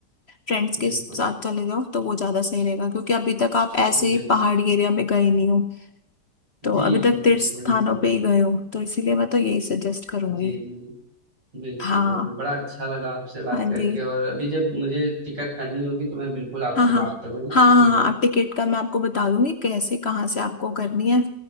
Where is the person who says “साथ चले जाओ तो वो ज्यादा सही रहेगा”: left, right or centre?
Left